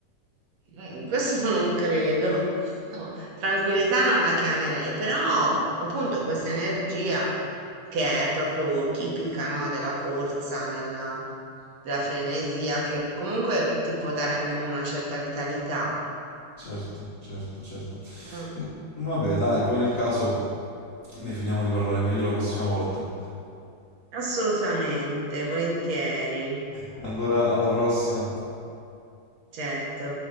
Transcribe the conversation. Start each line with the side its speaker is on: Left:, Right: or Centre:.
Right: Mm, Questo <laughs> non credo. No, tranquillità non la chiamerei, però appunto questa energia che è proprio tipica, no, della corsa, della, della frenesia, che comunque ti può dare anche una certa vitalità.
Left: Certo, certo, certo.
Right: Mm,
Left: M- Vabbè, dai, poi nel caso ne finiamo di parlare meglio la prossima volta.
Right: Assolutamente, volentieri,
Left: Allora, alla prossima.
Right: certo.